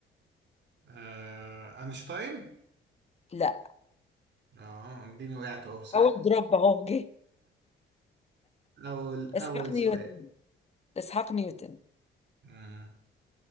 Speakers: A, on the right; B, on the left.
A: آه اينشتاين
B: لا
A: اه اديني وقعت اهو في سؤال
B: أول دروب أهو جه
A: اول
B: اسحاق
A: اول
B: نيوتن
A: سؤال
B: إسحاق نيوتن
A: آه.